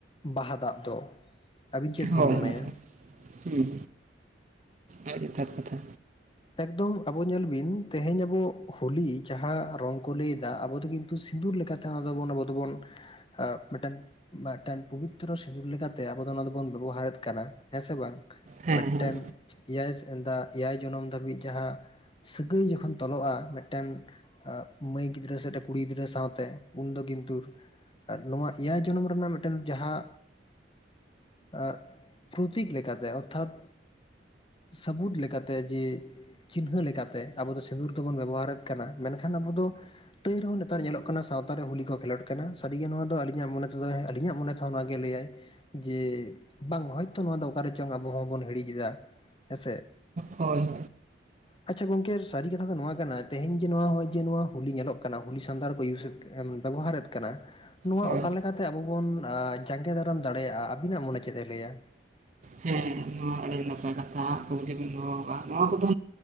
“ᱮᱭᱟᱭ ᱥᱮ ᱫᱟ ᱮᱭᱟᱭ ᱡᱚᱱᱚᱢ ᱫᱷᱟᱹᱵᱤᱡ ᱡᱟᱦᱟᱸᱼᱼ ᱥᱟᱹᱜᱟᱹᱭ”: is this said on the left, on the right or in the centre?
Left